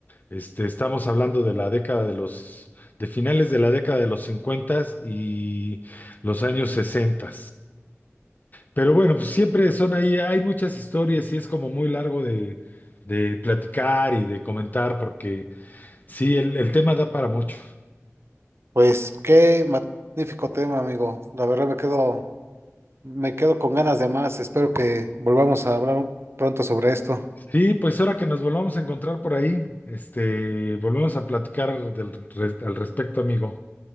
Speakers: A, on the left (about 35°); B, on the right (about 55°).
A: Este, estamos hablando de la década de los, de finales de la década de los 50 y los años 60. Pero bueno, pues siempre son ahí, hay muchas historias y es como muy largo de, de platicar y de comentar porque sí, el el tema da para mucho.
B: Pues qué magnífico tema, amigo. La verdad me quedo, me quedo con ganas de más. Espero que volvamos a hablar pronto sobre esto.
A: Sí, pues ahora que nos volvamos a encontrar por ahí, este, volvemos a platicar del, res- al respecto, amigo.